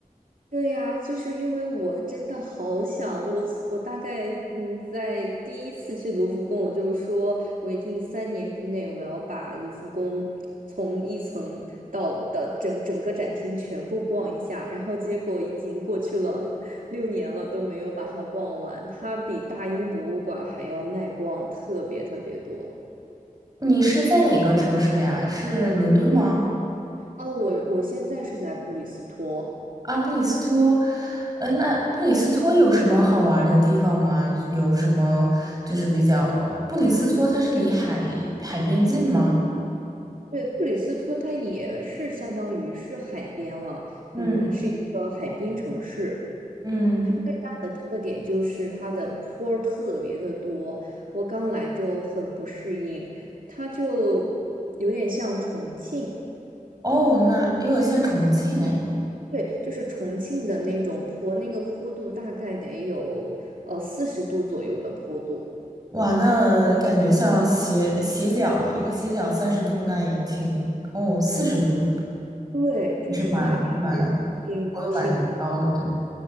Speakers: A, on the right; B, on the right.
A: 对呀，就是因为我真的好想，我从我大概嗯，在第一次去卢浮宫，我就说我一定三年之内我要把卢浮宫从一层到的整整个展厅全部逛一下，然后结果已经过去了 <laughs> 六年了都没有把它逛完，它比大英博物馆还要耐逛特别特别多。
B: 你是在哪个城市呀？是伦敦吗？
A: 哦，我我现在是在布里斯托，
B: 啊，布里斯托。嗯，那布里斯托有什么好玩的地方吗？有什么就是比较，布里斯托它是离海海边近吗？
A: 对，布里斯托它也是相当于是海边了，
B: 嗯。
A: 嗯，是一个海滨城市。
B: 嗯，
A: 它最大的特点就是它的坡儿特别的多，我刚来就很不适应，它就有点像重庆，
B: 哦，那因为我现在重庆哎，
A: 对，就是重庆的那种坡，那个坡度大概得有呃四十度左右的坡度，
B: 哇，那感觉像斜斜角一个斜角三十度，那也挺哦四十度，
A: 对，就是还是挺挺。
B: 是蛮蛮高度蛮高的，对，